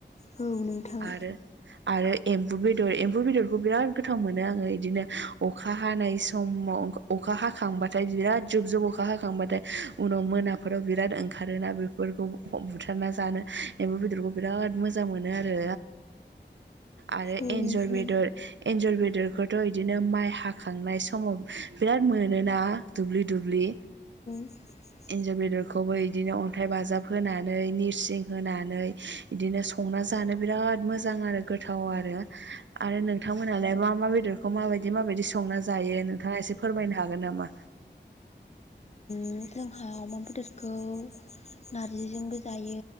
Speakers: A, on the left; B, on the right.
A: औ नोंथां औ नोंथां
B: आरो आरो एम्बु बे बदर एम्फौ बेदरखौ बिराद गोथाव मोनो आङो इदिनो अखा हानाय समाव अखा हाखांबाथाय बिराद जुब जुब अखा हाखांबाथाय उनाव मोनाफोराव बिराद ओंखारोना बेफोरखौ बुथारना जानो एम्फौ बेदरखौ बिराद मोजां मोनो आरो आरो
A: औ
B: एन्जर
A: नोंथां
B: बेदर एन्जर बेदरखौथ' इदिनो माइ हा खांनाय समाव बिराद मोनोना दुब्लि दुब्लि
A: <inaudible>
B: एन्जर बेदरखौबो इदिनो अन्थाइ बाजाब होनानै निरसिं होनानै इदिनो संनानै जानो बिराद मोजां आरो गोथाव आरो आरो नोंथां मानहालाय मा मा बेदरखौ मा बादि मा बादि संना जायो नोंथाङा एसे फोरमायनो हागोन नामा
A: उम जोंहा अमा बेदरखौ नारजिजोंबो जायो